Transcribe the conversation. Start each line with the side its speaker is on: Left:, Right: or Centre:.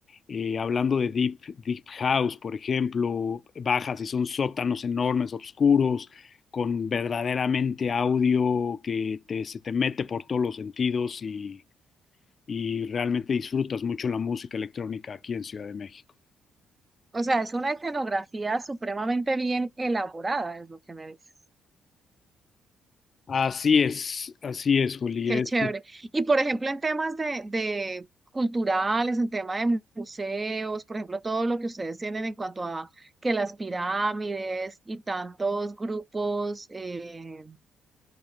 Left: eh, hablando de deep, deep house, por ejemplo, bajas y son sótanos enormes, oscuros, con verdaderamente audio que te- se te mete por todos los sentidos y y realmente disfrutas mucho la música electrónica aquí en Ciudad de México.
Right: O sea, es una escenografía supremamente bien elaborada, es lo que me dices.
Left: Así es, así es, Juli.
Right: Qué
Left: Es-
Right: chévere. Y por ejemplo, en temas de, de culturales, en tema de mu- museos, por ejemplo, todo lo que ustedes tienen en cuanto a que las pirámides y tantos grupos eh,